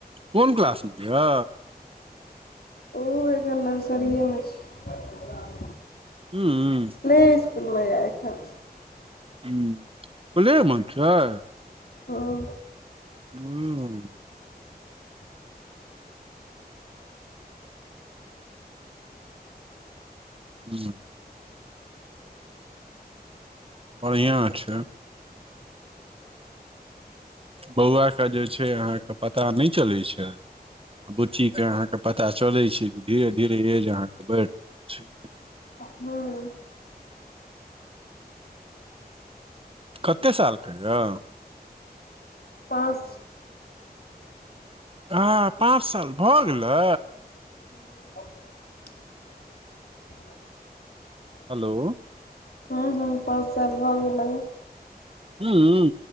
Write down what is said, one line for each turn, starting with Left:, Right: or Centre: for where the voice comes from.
Right: कोन क्लास मे य।
Left: ओ एखन नर्सरीए मे छैय।
Right: हूं।
Left: प्ले स्कूल मे या एखन।
Right: हूं प्ले मे छैय।
Left: हूं।
Right: हूं। <inaudible> बढ़ियां छैय। बौआके जे छैय अहाँके पता नेय चलै छैय बुच्चीके अहाँके पता चलै छैय कि धीरे-धीरे ऐज अहाँके बेढ़ रहल छैय।
Left: हूँ।
Right: कते साल के हेया।
Left: पाँच
Right: हँ पाँच साल भऽ गेलै?
Left: <inaudible>
Right: हेलो
Left: हूँ हूँ पाँच साल भऽ गेलै।
Right: हूं